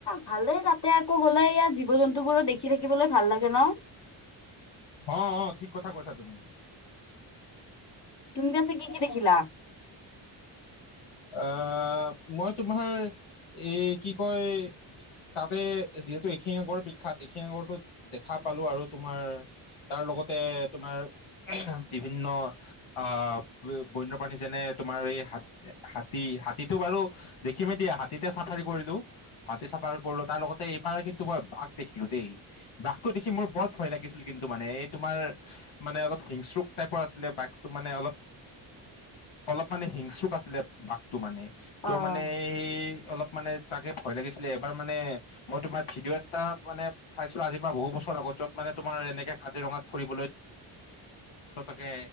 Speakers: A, on the left (about 50°); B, on the left (about 70°).
A: ভালে তাতে আকৌ গলে ইয়াত জীৱ জন্তু বোৰো দেখি থাকিবলৈ ভাল লাগে ন?
B: অ', অ', ঠিক কথা কৈছা তুমি।
A: তুমি পিছে কি-কি দেখিলা?
B: আহ, মই তোমাৰ এ কি কয় তাতে যিহেতু এশিঙীয়া গঁড় বিখ্যাত এশিঙীয়া গঁড় টো দেখা পালোঁ আৰু তোমাৰ তাৰ লগতে তোমাৰ বিভিন্ন অ, বন্যপ্ৰাণী যেনে তোমাৰ এই হাত হাতী, হাতীটো বাৰু দেখিমেই দিয়া হাতীতে চাফাৰি কৰিলোঁ হাতী চাফাৰী কৰিলোঁ তাৰ লগতে এইবাৰ কিন্তু মই বাঘ দেখিলো দেই। বাঘটো দেখি মোৰ বৰ ভয় লাগিছিল কিন্তু মানে এই তোমাৰ মানে অলপ হিংস্ৰক টাইপৰ আছিলে বাঘটো মানে অলপ অলপ মানে হিং আছিলে বাঘটো মানে
A: অ'
B: ত' মানে স অলপ মানে তাকে ভয় লাগিছিলে এবাৰ মানে মই তোমাৰ ভিডিঅ' এটা মানে চাইছিলোঁ আজিৰ পৰা বহু বছৰ আগত যত মানে তোমাৰ এনেক কাজিৰঙাত ফুৰিবলৈ পতকে